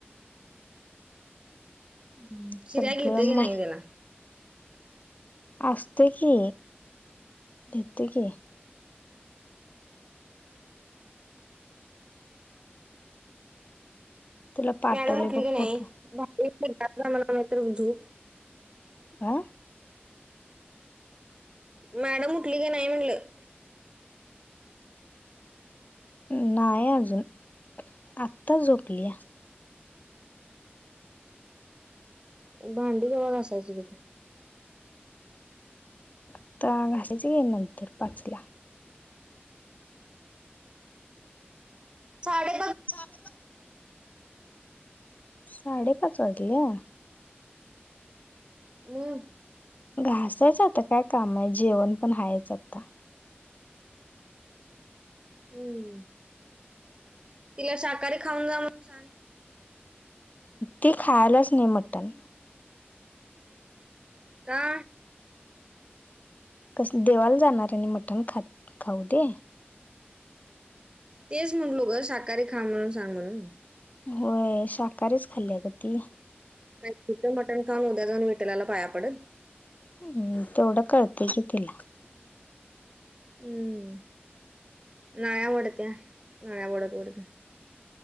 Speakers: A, on the right; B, on the left.
A: ् चिऱ्या
B: सगळं
A: घेते की
B: म
A: नाही त्याला
B: अससत की घेतो की तुला पाठवले
A: गड म्हठली
B: बघ
A: की नाही
B: फोटो
A: म नाही तरुझू
B: हं
A: मॅडम उठली की नाही म्हटलं
B: नाही अजून आत्ता झोपली आहे
A: भांडी गवा कायची किती
B: आता घयच गे नंतर पाचला
A: साडे
B: <unintelligible> साडेपाच वाजले
A: म
B: घासायचं आता काय काम आहे जेवण पण हायचं आता
A: हम्म तिला शाकाहारी खाऊन जा म्हणून सांग
B: ते खायलाच नाही मटन
A: का
B: कस देवाला जाणार आहे आणि मठण खात खाऊ दे
A: तेच म्हटलो ग स साकाहारी खा म्हणून सांग म्हणून
B: होय शाकाहारीच खाल्ली ग ती
A: का चिकन मटन खाल उद्या जाऊन विठला पाया पडेल
B: ह् ते एवढ करळतकला
A: हम्म नळ्या वाडत नळ्या वाडत उढत